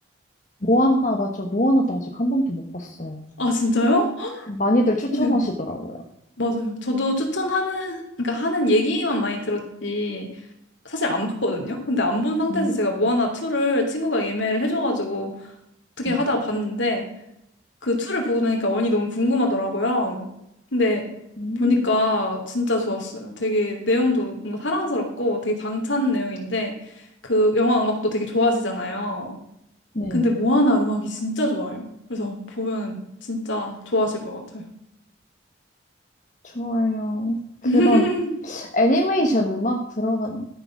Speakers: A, on the left; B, on the left.
A: 모아나 맞죠? 모아나도 아직 한 번도 못 봤어요.
B: 아, 진짜요?
A: 많이들 추천하시더라고요.
B: 그래요. 맞아요. 저도 추천하는, 그러니까 하는 얘기만 많이 들었지, 사실 안 봤거든요? 근데 안 본 상태에서
A: 음,
B: 제가 모아나 2를 친구가 예매를 해줘가지고 어떻게
A: 네.
B: 하다가 봤는데, 그 툴을 보고 나니까 원이 너무 궁금하더라고요. 근데
A: 음,
B: 보니까 진짜 좋았어요. 되게 내용도 뭔가 사랑스럽고 되게 당찬 내용인데 그 영화 음악도 되게 좋아하시잖아요.
A: 네.
B: 근데 모아나 음악이 진짜 좋아요. 그래서 보면 진짜 좋아하실 것 같아요.
A: 좋아요. 그런
B: <laughs>
A: 애니메이션 음악 들어간